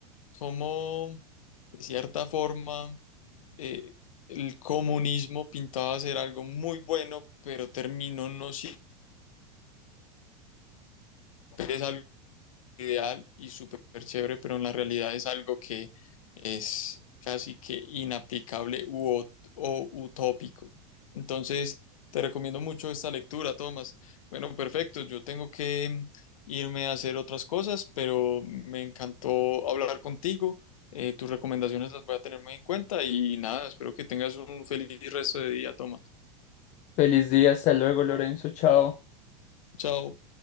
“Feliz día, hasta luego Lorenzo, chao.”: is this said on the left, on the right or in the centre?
Left